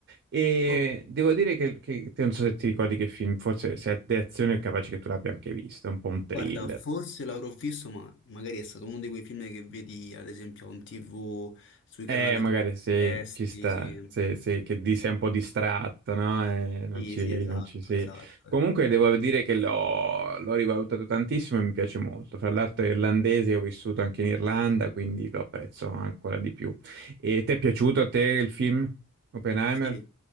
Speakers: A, on the right; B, on the left.
A: E
B: Oh,
A: devo dire che, che- che non so se ti ricordi che film, forse se è di azione è capace che tu l'abbia anche visto, è un po' un thriller.
B: guarda, forse l'avrò visto, ma magari è stato uno di quei film che vedi ad esempio on TV, sui canali
A: Eh, magari
B: terrestri,
A: sì, ci sta,
B: sì.
A: sì, sì, che di sei un po' distratto, no? Eh, non
B: Sì,
A: ci,
B: sì, esatto,
A: non ci sei.
B: esatto.
A: Comunque devo dire che l'ho l'ho rivalutato tantissimo e mi piace molto. Fra l'altro è irlandese, ho vissuto anche in Irlanda, quindi lo apprezzo ancora di più. E ti è piaciuto a te il film Oppenheimer?
B: Sì,